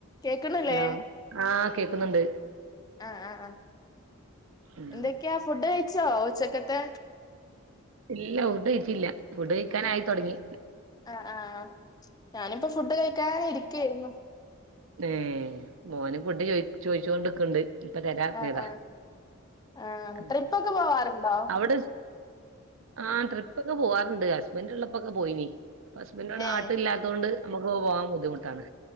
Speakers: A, on the left; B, on the right.
A: കേക്ക്ണ്ല്ലേ
B: hello ആഹ് കേക്കുന്നുണ്ട്
A: ആഹ് ആഹ് ആഹ്
B: ഉം
A: എന്തൊക്ക്യാ ഫുഡ് കഴിച്ചോ ഉച്ചക്കത്തെ
B: ഇല്ല ഫുട് കഴിച്ചില്ല. ഫുഡ് കഴിക്കാന് ആയിത്തൊടങ്ങി.
A: ആഹ് ആഹ് ഞാനപ്പ ഫുഡ് കഴിക്കാതെ ഇരിക്ക്യേര്ന്നു.
B: ഏഹ്. മോന് ഫുഡ് ചോയ് ചോയിച്ചോണ്ടിക്ക്ണ്ട് ഇപ്പൊ തരാര്ന്നത
A: ആഹ് ആഹ് ആഹ്
B: ആ
A: ട്രിപ്പൊക്കെ പോവാറുണ്ടോ
B: അവിടെ ആഹ് ട്രിപ്പൊക്കെ പോവാറുണ്ട്. ഹസ്ബൻഡ് ഇള്ളപ്പൊക്കെ പോയിനി. ഹസ്ബന്റ് ഇവിടെ നാട്ടില്ലാ
A: ഏഹ്
B: അതു കൊണ്ട് നമുക്ക് പോകാൻ ബുദ്ധിമുട്ടാണ്.